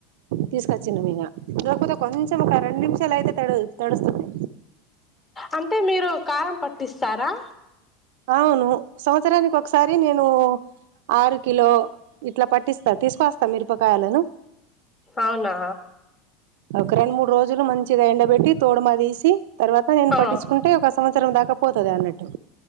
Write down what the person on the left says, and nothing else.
అంటే మీరు కారం పట్టిస్తారా?
అవునా
ఆ